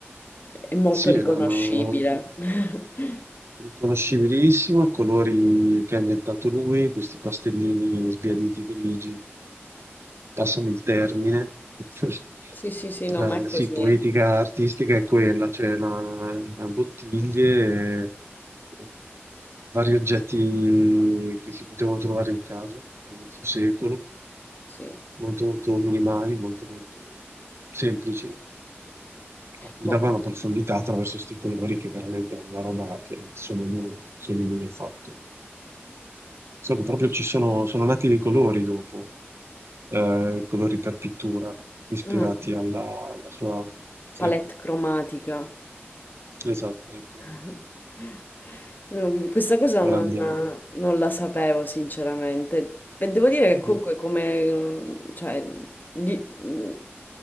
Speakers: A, on the left; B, on the right.
A: è molto
B: Ma sì,
A: riconoscibile.
B: erano
A: <laughs>
B: riconoscibilissimo, colori che ha inventato lui, questi pastellini sbiaditi grigi. Passami il termine. <laughs>
A: Sì. Sì, sì, sì, no,
B: La
A: ma è così.
B: sì, poetica artistica è quella, cioè la la bottiglie, e vari oggetti che si potevano trovare in casa a inizio secolo.
A: Sì.
B: Molto, molto minimali, molto, molto semplici, a cui
A: Boh.
B: davano profondità attraverso questi colori che veramente è una roba che solo lui, solo lui ha fatto. Solo proprio ci sono, sono nati dei colori dopo, eh, colori per pittura, ispirati
A: Mm. Ah,
B: alla, alla sua... Sì,
A: palette cromatica.
B: esatto, alle cromatiche,
A: <laughs>
B: esatto.
A: No, questa cosa
B: Morandiano.
A: non, non la sapevo sinceramente. E devo dire
B: Mhm.
A: che comunque come, mm, cioè, gli- mm,